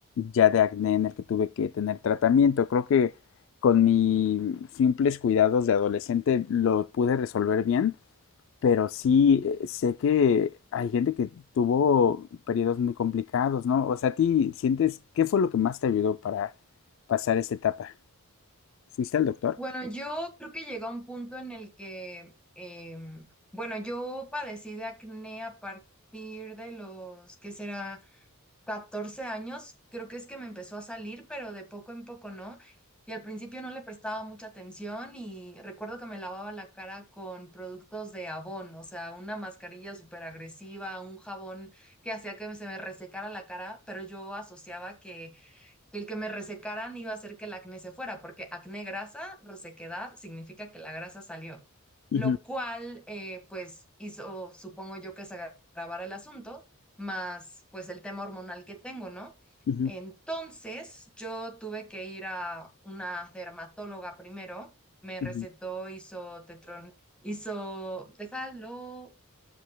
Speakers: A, on the left; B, in the centre.
A: ya de acné en el que tuve que tener tratamiento. Creo que con mis simples cuidados de adolescente lo pude resolver bien, pero sí eh, sé que hay gente que tuvo periodos muy complicados, ¿no? O sea, ¿a ti sientes qué fue lo que más te ayudó para pasar esta etapa? ¿Fuiste al doctor?
B: Bueno, yo creo que llegó a un punto en el que, em, bueno, yo padecí de acné a partir de los, ¿qué será? catorce años, creo que es que me empezó a salir, pero de poco en poco, ¿no? Y al principio no le prestaba mucha atención y recuerdo que me lavaba la cara con productos de Avon, o sea, una mascarilla súper agresiva, un jabón que hacía que se me resecara la cara, pero yo asociaba que que el que me resecaran iba a hacer que el acné se fuera, porque acné grasa, resequedad, significa que la grasa salió,
A: Ujú,
B: lo cual eh, pues hizo, supongo yo, que se agra- agravara el asunto, más pues el tema hormonal que tengo, ¿no?
A: ujú,
B: Entonces yo tuve que ir a una dermatóloga primero, me
A: ujú,
B: recetó isotetron, hizo, déjalo,